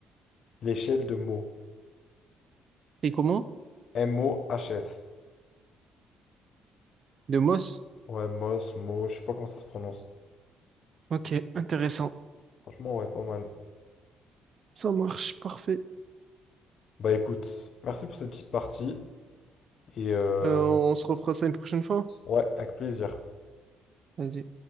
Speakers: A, on the left; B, on the right.
A: L'échelle de Mohs.
B: C'est comment?
A: M-O-H-S.
B: De Moss?
A: Ouais, Moss, Mo, je sais pas comment ça se prononce.
B: Ok, intéressant.
A: Franchement, ouais, pas mal.
B: Ça marche, parfait.
A: Bah écoute, merci pour cette petite partie et euh,
B: Euh, on se refera ça une prochaine fois.
A: ouais, avec plaisir.
B: Vas-y.